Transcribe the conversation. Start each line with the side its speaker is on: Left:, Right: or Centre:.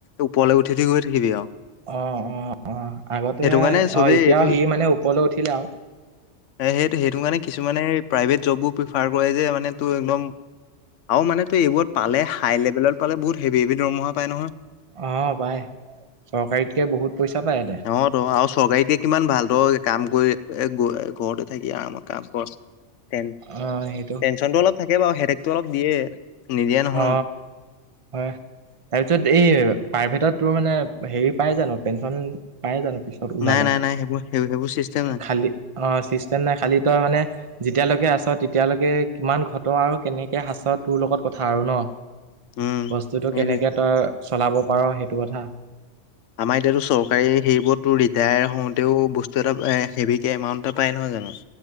Left: ওপৰলৈ উঠি উঠি গৈ থাকিবি আউ।
Right: অ - অ -অ আগতে
Left: কাৰণে চবেই
Right: অ এতিয়াও
Left: এইটো
Right: সি মানে ওপৰলৈ উঠিলে আউ
Left: সেইটো সেইটো কাৰণে কিছুমানে প্ৰাইভেট জবো প্ৰিফাৰ কৰে যে মানে ত একদম। আউ মানে তো এইবোৰত পালে হাই লেভেলত পালে বহুত হেভি হেভি দৰমহা পাই নহয়।
Right: অ' পাই চৰকাৰীতকে বহুত পইচা পায় ইহতে
Left: অ' ত আও চৰকাৰীতকে কিমান ভাল ত কাম কৰি এ গ এ ঘৰতে থাকি আৰামত কাম কৰ। তেন
Right: অ হেই
Left: পেঞ্চনটো অলপ থাকে বাও হেডেকটো অলপ দিয়ে নিদিয়া নহয়
Right: অ হয় তাৰ পিছত এই প্ৰাইভেটত তোৰ মানে হেৰি পাই জানো পেঞ্চন পায় জানো পিছত ওলালে
Left: নাই নাই -নাই সেইবোৰ সেইবোৰ চিষ্টেম নাই।
Right: খালি অ' চিষ্টেম নাই খালি তই মানে যেতিয়ালৈকে আছ তেতিয়ালৈকে কিমান ঘট আৰু কেনেকে সাঁচ তোৰ লগত। কথা আৰু ন
Left: উম।
Right: বস্তুতটো
Left: সেইটোৱে
Right: কেনেকে তই চলাব পাৰ সেইটো কথা।
Left: আমাৰ এতিয়াতো চৰকাৰী সেইবোৰতো ৰিটায়াৰ হওঁতেও বস্তু এটা এ হেভিকে এমাউণ্ট এটা পাই নহয় জানো